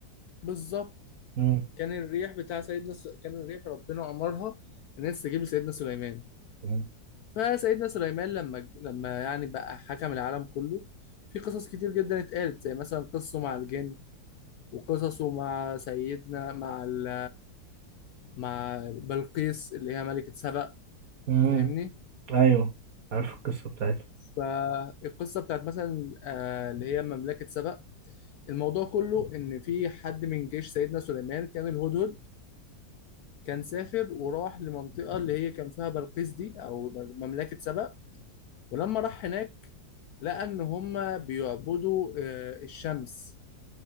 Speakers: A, on the left; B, on the right.
A: بالظبط
B: مم،
A: كان الريح بتاع سيدنا س... كان الريح ربنا امرها ان هي تستجيب لسيدنا سليمان
B: مم،
A: فسيدنا سليمان لما ج- لما يعني بقى حكم العالم كله في قصص كتير جدا اتقالت زي مثلا قصه مع الجن وقصصه مع سيدنا مع ال... مع بلقيس اللي هي ملكة سبأ
B: مم.
A: فاهمني
B: ايوه عارف القصة بتاعتها
A: فالقصة بتاعت مثلا آه، اللي هي مملكة سبأ الموضوع كله إن في حد من جيش سيدنا سليمان كان الهدهد كان سافر وراح لمنطقة اللي هي كان فيها بلقيس دي أو مملكة سبأ ولما راح هناك لقى إن هما بيعبدوا آه، الشمس